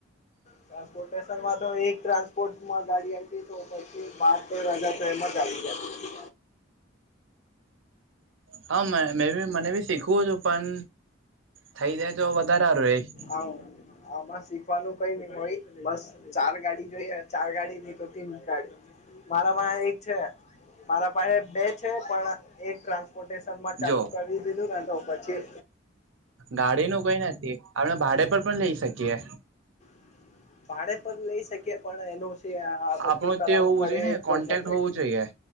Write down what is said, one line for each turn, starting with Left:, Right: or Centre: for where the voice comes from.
Left: ટ્રાન્સપોર્ટેશનમાં તો એક ટ્રાન્સ પોર્ટ ગાડી આવીતી હોય તો પછી બાર-તેર હજાર તો એમજ આઈ જતી
Right: હા મે મેબી મને બી શીખવું હતું પન થઈ જાય તો વધારે હારું એ
Left: આવ આમાં શીખવાનું કઈ નીઈ ભાઈ બસ ચાર ગાડી જોઈએ ચાર ગાડી નઈ તો તીન ગાડી મારાપાહે એક છે મારા પાહે બે છે પણ એક ટ્રાન્સ ટ્રાન્સપોર્ટશ ન માં ચાલુ
Right: જો
Left: કરી દીધું ને તો પછી
Right: ગાડી નું કોઈ નથી આપણે ભાડે પર પણ લઈ શકીએ.
Left: હ. ભાડે પણ લઈ શકીએ પણ એનું છે આ બધું
Right: આપણું
Left: કરાવવું
Right: તે હોવું
Left: પડે
Right: જોઈએ ને
Left: એ પ્રોબ્લેમ
Right: કોન્ટેક્ટ
Left: થાઈ
Right: હોવું જોઈએ